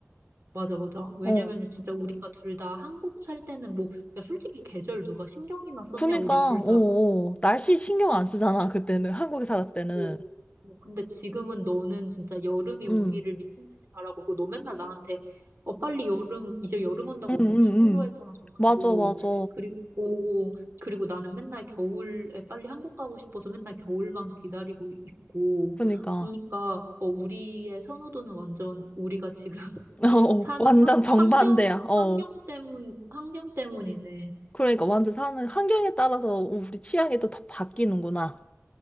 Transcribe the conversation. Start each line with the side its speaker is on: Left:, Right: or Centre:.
Right: 맞아 맞아 왜냐면은
Left: 어.
Right: 진짜 우리가 둘 다 한국 살 때는 뭐 야 솔직히 계절 누가 신경이나 썼냐
Left: 그니까,
Right: 우리 둘다
Left: 어, 어. 날씨 신경 안 쓰잖아, 그때는. 한국에 살았을 때는.
Right: 오. 뭐 근데 지금은 너는 진짜 여름이
Left: 음.
Right: 오기를 미친 듯이 바라고 있고 너 맨날 나한테 어 빨리 여름 이제 여름 온다고
Left: 응,
Right: 엄청
Left: 응, 응. 응.
Right: 좋아했잖아 저번에도
Left: 맞아, 맞아.
Right: 그리고 오, 그리고 나는 맨날 겨울에 빨리 한국 가고 싶어서 맨날 겨울만 기다리고 있고
Left: 그니까.
Right: 그러니까 어 우리의 선호도는 완전 우리가 지금 <laughs>
Left: <laughs> 어,
Right: 사는
Left: 완전
Right: 환,
Left: 정반대야.
Right: 환경
Left: 어.
Right: 환경 때문 환경 때문이네
Left: 그러니까 완전 사는 환경에 따라서 우리 취향이 또 다 바뀌는구나.